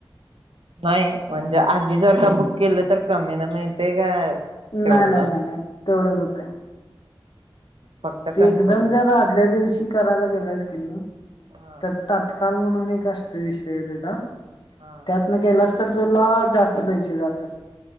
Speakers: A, on the right; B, on the left.
A: नाही, म्हणजे आधी जर का बुक केलं तर कमी न मिळतय का? तेवढंच
B: नाय नाय नाय
A: असत?
B: नाय तेवढंच हुतय
A: फक्त
B: ते
A: कन्फर्मेशन
B: एकदम जर आदल्या दिवशी करायला गेलास किनी
A: हा
B: तर तात्का <unintelligible> म्हणून एक आसतोय विषय तेचा
A: हा
B: त्यातन केलास तर तुला आ जास्त पैसे जात्यात.